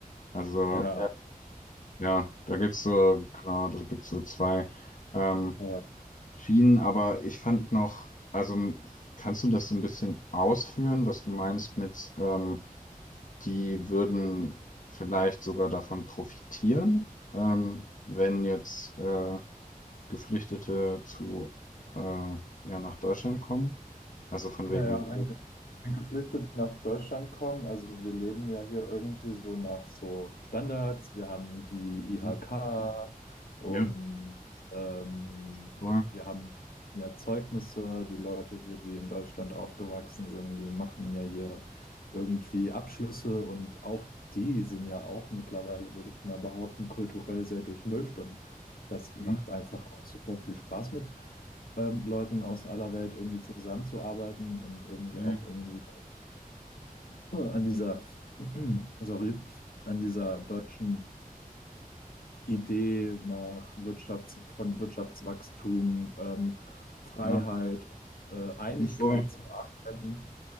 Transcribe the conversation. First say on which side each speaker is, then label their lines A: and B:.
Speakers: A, on the left; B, on the left.
A: Also
B: ja,
A: ja, da gibt's so, genau, da gibt's so zwei. Ähm,
B: ja.
A: Schienen, aber ich fand noch, also m- kannst du das so ein bisschen ausführen, was du meinst mit, ähm, die würden vielleicht sogar davon profitieren, ähm, wenn jetzt äh, Geflüchtete zu, äh, ja, nach Deutschland kommen? Also von
B: Naja,
A: wegen
B: Geflüchtete nach Deutschland kommen. Also wir leben ja hier irgendwie so nach so Standards. Wir haben die
A: Mhm.
B: IHK und
A: Ja,
B: ähm,
A: voll.
B: wir haben ja Zeugnisse. Die Leute hier, die in Deutschland aufgewachsen sind, die machen ja hier irgendwie Abschlüsse und auch die sind ja auch mittlerweile, würde ich mal behaupten, kulturell sehr durchmischt und das
A: Mhm.
B: macht einfach auch super viel Spaß mit ähm, Leuten aus aller Welt irgendwie zusammenzuarbeiten und irgendwie
A: Okay.
B: auch irgendwie an dieser, <clears throat> sorry, an dieser deutschen Idee nach Wirtschafts von Wirtschaftswachstum, ähm, Freiheit,
A: Ja,
B: äh, Einigkeit
A: Ja, voll.
B: zu arbeiten.